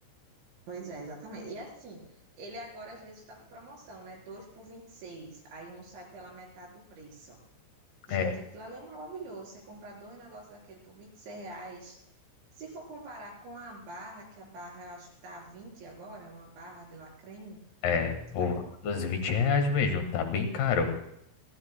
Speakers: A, on the right; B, on the left.
A: Pois é, exatamente. E assim, ele agora às vezes está com promoção, né? 2 por 26. Aí um sai pela metade do preço. Gente,
B: É,
A: aquilo ali é maravilhoso. Você comprar dois negócios daquele por 26 reais. Se for comparar com a barra, que a barra eu acho que tá a 20 agora, uma barra de lacreme.
B: É, por
A: Ah,
B: uns 20 reais mesmo, tá bem caro.